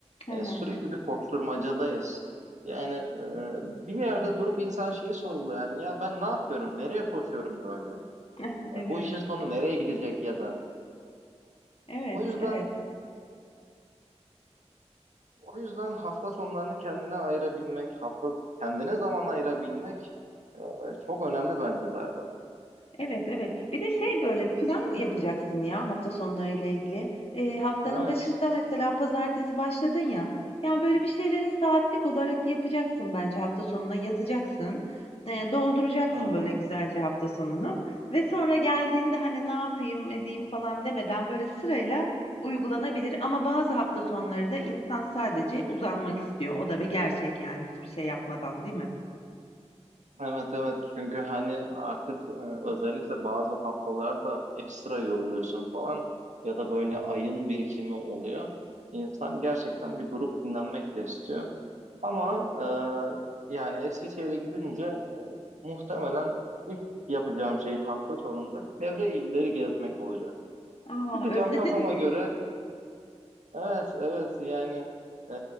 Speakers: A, on the left; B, on the right.
A: Hı
B: E,
A: hı.
B: sürekli bir koşturmacadayız. Yani e, bir yerde durup insan şeyi sorguluyor. Yani ya ben ne yapıyorum? Nereye koşuyorum böyle?
A: <laughs> Evet,
B: Ya bu işin sonu nereye gidecek ya da?
A: evet,
B: O yüzden
A: evet.
B: o yüzden hafta sonlarını kendine ayırabilmek, hafta kendine zaman ayırabilmek e, çok önemli bence zaten.
A: Evet, evet. Bir de şey böyle plan yapacaksın ya hafta sonlarıyla ilgili. Ee, haftanın
B: Evet.
A: başında mesela pazartesi başladın ya. Yani böyle bir şeyleri saatlik olarak yapacaksın bence hafta sonuna yazacaksın. Ee, dolduracaksın
B: Hı hı.
A: böyle güzelce hafta sonunu. Ve sonra geldiğinde hani ne yapayım edeyim falan demeden böyle sırayla uygulanabilir. Ama bazı hafta sonları da insan sadece uzanmak istiyor. O da bir gerçek yani hiçbir şey yapmadan değil mi?
B: Evet evet çünkü hani artık e, özellikle bazı haftalarda ekstra yoruluyorsun falan ya da böyle ayın birikimi oluyor. İnsan gerçekten bir durup dinlenmek de istiyor. Ama e, yani Eskişehir'e gidince muhtemelen ilk yapacağım şey hafta sonunda çevre illeri gezmek olacak.
A: Aa,
B: Çıkacağım
A: özledin
B: kafama
A: mi?
B: göre evet evet yani e,